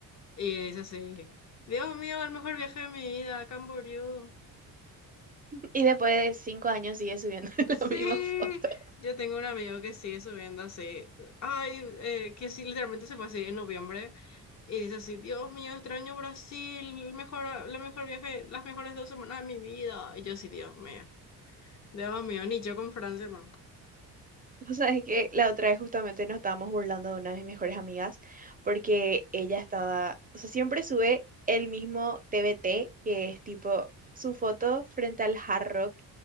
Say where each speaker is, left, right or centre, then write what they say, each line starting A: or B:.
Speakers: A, on the left; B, on the right.
A: y dice así, Dios mío, el mejor viaje de mi vida, Camboriú.
B: Y después de cinco años sigue subiendo <laughs>
A: Sí,
B: la misma foto.
A: yo tengo un amigo que sigue subiendo así, ay, eh, que sí, literalmente se fue así en noviembre y dice así, Dios mío, extraño Brasil, el mejor, ah, la mejor viaje, las mejores dos semanas de mi vida. Y yo así, Dios mío, Dios mío, ni yo con Francia, man.
B: O sea, es que la otra vez justamente nos estábamos burlando de una de mis mejores amigas porque ella estaba, o sea, siempre sube el mismo TBT, que es tipo su foto frente al Hard Rock.